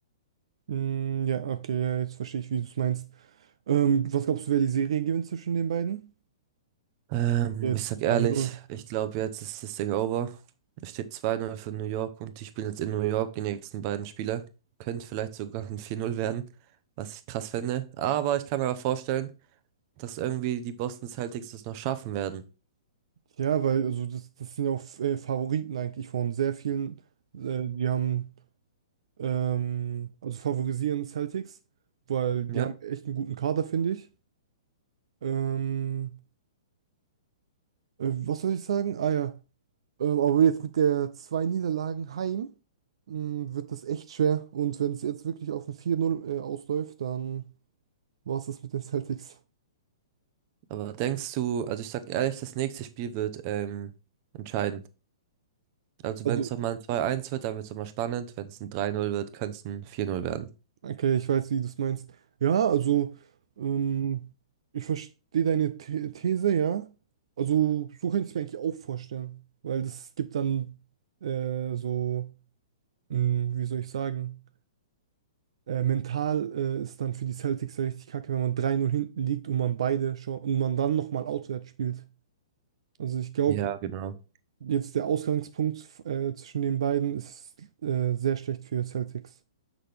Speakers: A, on the right; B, on the right.
A: Mm, ja, okay, ja, jetzt verstehe ich, wie du es meinst. Ähm, was glaubst du, wer die Serie gewinnt zwischen den beiden?
B: Ähm,
A: Jetzt
B: ich sag ehrlich,
A: zwei null
B: ich glaube, jetzt ist das Ding over. Es steht 2-0 für New York und die spielen jetzt in New York die nächsten beiden Spiele. Könnte vielleicht sogar ein 4-0 werden, was ich krass fände. Aber ich kann mir auch vorstellen, dass irgendwie die Boston Celtics das noch schaffen werden.
A: Ja, weil also das, das sind ja auch äh, Favoriten eigentlich von sehr vielen. Äh, die haben, ähm, also favorisieren Celtics, weil die
B: Ja,
A: haben echt einen guten Kader, finde ich. Ähm, äh, was soll ich sagen? Ah ja, Ähm, aber jetzt mit der zwei Niederlagen heim mh, wird das echt schwer. Und wenn es jetzt wirklich auf ein 4-0 äh, ausläuft, dann war es das mit den Celtics.
B: aber denkst du, also ich sag ehrlich, das nächste Spiel wird ähm, entscheiden. Also
A: Also,
B: wenn es nochmal ein 2-1 wird, dann wird es nochmal spannend. Wenn es ein 3-0 wird, könnte es ein 4-0 werden.
A: okay, ich weiß, wie du es meinst. Ja, also, ähm, ich verstehe deine The These, ja. Also, so könnte ich es mir eigentlich auch vorstellen. Weil das gibt dann äh, so, mh, wie soll ich sagen, äh, mental äh, ist dann für die Celtics ja richtig kacke, wenn man 3-0 hinten liegt und man beide schon und man dann nochmal auswärts spielt. Also ich glaube,
B: Ja, genau.
A: jetzt der Ausgangspunkt äh, zwischen den beiden ist äh, sehr schlecht für Celtics.